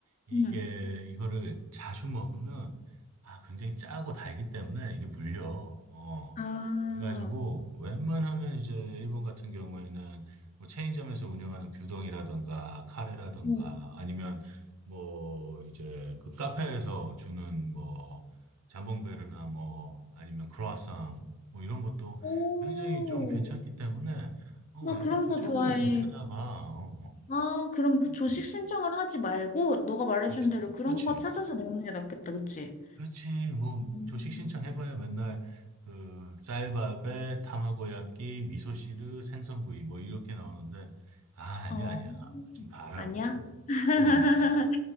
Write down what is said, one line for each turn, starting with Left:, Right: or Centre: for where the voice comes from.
Right: 이게,
Left: 응.
Right: 이거를 자주 먹으면 아, 굉장히 짜고 달기 때문에 이게 물려. 어.
Left: 아,
Right: 그래가지고 웬만하면 이제 일본 같은 경우에는 뭐 체인점에서 운영하는 규동이라든가 카레라든가
Left: 응.
Right: 아니면 뭐 이제 그 카페에서 주는 뭐 잠봉베르나 뭐 아니면 크로아상 뭐 이런 것도
Left: 오,
Right: 굉장히 좀 괜찮기 때문에 어
Left: 나
Right: 약간
Left: 그런
Right: 그쪽으로
Left: 거 좋아해.
Right: 좀 찾아봐. 어, 어.
Left: 아, 그럼 그
Right: 그렇지.
Left: 조식 신청을 하지 말고, 너가 말해준
Right: 조식,
Left: 대로 그런
Right: 그렇지.
Left: 거 찾아서 먹는 게 낫겠다, 그치?
Right: 그렇지. 뭐
Left: 음,
Right: 조식 신청해봐야 맨날 그 쌀밥에 타마고야끼, 미소시루, 생선구이 뭐 이렇게 나오는데 아 아니야
Left: 어,
Right: 아니야. 지금 봐라
Left: 아니야?
Right: 이거.
Left: <laughs>
Right: 어,